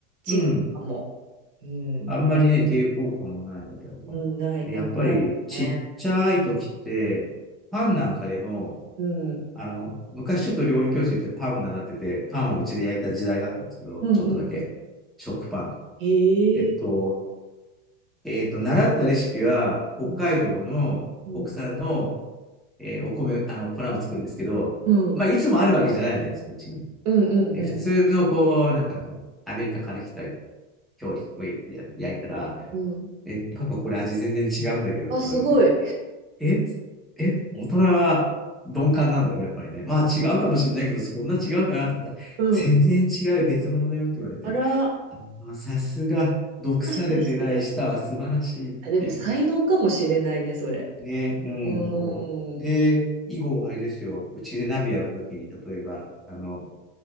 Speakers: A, in the centre; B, on the right (about 75°).
A: うん。
B: 違うかも。うん、
A: あんまりね、抵抗感もないみたいな。
B: うん、ない、
A: でやっぱりちっちゃい時って、
B: なくなるね。
A: パンなんかでも、
B: うん、
A: あの、昔ちょっと料理教室行ってパンを習ってて、パンをうちで焼いた時代があったんですけど、
B: うん、
A: ちょっとだけ。
B: うん。
A: 食パン。
B: へえ。
A: えっと、えっと、習ったレシピは、北海道の国産の
B: うん、うん、
A: えーお米、あの、粉を作るんですけど、
B: うん、
A: まあ、いつもあるわけじゃないじゃないですか、うちに。
B: うん、うん。
A: で、普通のこう、なんかこう、アメリカから来た料理をや焼いたら、
B: うん
A: え、パパこれ味全然違うんだけどって言われて、
B: あ、すごい。
A: え、つえ、大人は鈍感なんだよね、やっぱりね。まあ違うかもしれないけど、そんな違うかなって言ったら、
B: うん。
A: 全然違う別物だよって言われて、
B: あら、
A: まあ、さすが、毒されてない舌は素晴らしいっていう。
B: もしかして。あ、でも才能かもしれないね、それ。
A: ね、うん、
B: う
A: そう。で、
B: ーん。
A: 以後、あれですよ。うちで鍋やるときに、例えば、あの、